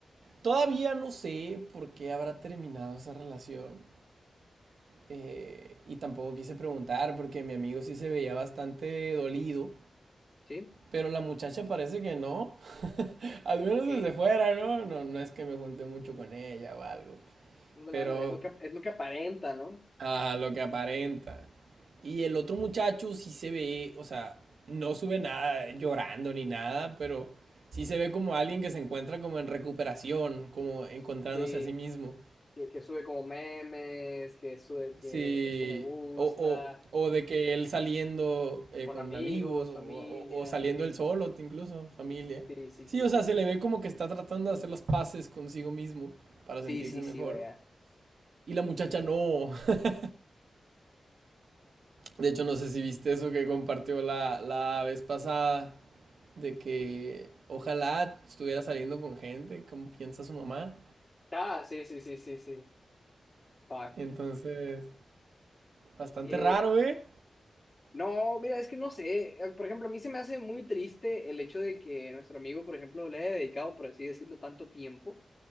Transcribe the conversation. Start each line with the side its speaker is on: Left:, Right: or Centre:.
Right: todavía no sé por qué habrá terminado esa relación. eh, y tampoco quise preguntar porque mi amigo sí se veía bastante dolido,
Left: Sí,
Right: pero la muchacha parece que no, <laughs> al menos
Left: ok.
Right: desde fuera, ¿no? No, no es que me junté mucho con ella o algo,
Left: Ándale,
Right: pero
Left: ándale, es lo que, es lo que aparenta, ¿no?
Right: a lo que aparenta. Y el otro muchacho sí se ve, o sea, no sube nada llorando ni nada, pero sí se ve como alguien que se encuentra como en recuperación, como encontrándose
Left: Sí,
Right: a sí mismo.
Left: que, que sube como memes, que sube que
Right: Sí,
Left: esto me gusta
Right: o, o, o de que él saliendo eh,
Left: Con
Right: con
Left: amigos,
Right: amigos o,
Left: familia,
Right: o- o saliendo
Left: sí.
Right: él solo, t- incluso familia.
Left: Sí, sí,
Right: Sí,
Left: sí,
Right: o
Left: sí,
Right: sea,
Left: sí.
Right: se le ve como que está tratando de hacer las paces consigo mismo para
Left: Sí,
Right: sentirse
Left: sí,
Right: mejor.
Left: sí, vaya.
Right: Y la muchacha no. <laughs> De hecho, no sé si viste eso que compartió la, la vez pasada, de que ojalá estuviera saliendo con gente, como piensa su mamá.
Left: Ah, sí, sí, sí, sí, sí. Fuck.
Right: Entonces, bastante
Left: Eh,
Right: raro, ¿eh?
Left: no, mira, es que no sé. eh, Por ejemplo, a mí se me hace muy triste el hecho de que nuestro amigo, por ejemplo, le haya dedicado, por así decirlo, tanto tiempo,